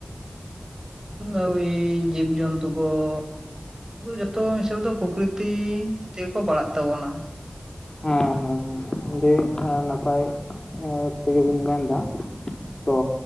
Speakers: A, on the right; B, on the left.
A: ᱟ ᱡᱤᱵ ᱡᱤᱵᱽᱡᱛᱩ ᱠᱚ <unintelligible> ᱡᱚᱛᱚ ᱦᱤᱥᱟᱹᱵ ᱫᱚ ᱯᱨᱚᱠᱨᱤᱛᱤ ᱛᱮᱜᱮᱠᱚ ᱯᱟᱲᱟᱜ ᱛᱟᱵᱚᱱᱟ
B: ᱦᱮᱸ ᱦᱮᱸ ᱟᱹᱰᱤ ᱱᱟᱯᱟᱭ ᱛᱮᱜᱮᱵᱤᱱ ᱢᱮᱱ ᱮᱫᱟ ᱛᱚ